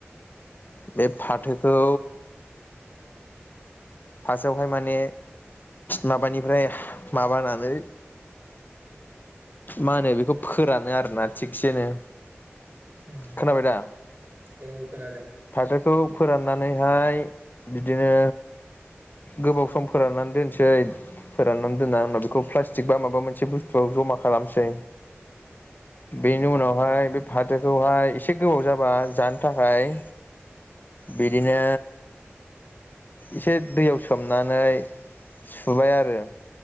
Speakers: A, on the left; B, on the right.
A: बे फाथोखौ फार्स्टआवहाय माने माबानिफ्राय माबानानै मा होनो बेखौ फोरानो आरोना थिगसेनो।
B: उम
A: खोनाबाय दा
B: औ खोनादों।
A: फाथोखौ फोराननानैहाय बिदिनो गोबाव सम फोराननानै दोनसै फोराननानै दोननानै उनाव बेखौ प्लास्टिक बा माबा मोनसे बुस्थुआव जमा खालामसै। बेनो उनाव बेहाय बे फाथोखौहाय एसे गोबाव जाबा जानो थाखाय बिदिनो एसे दैयाव सोमनानै सुबाय आरो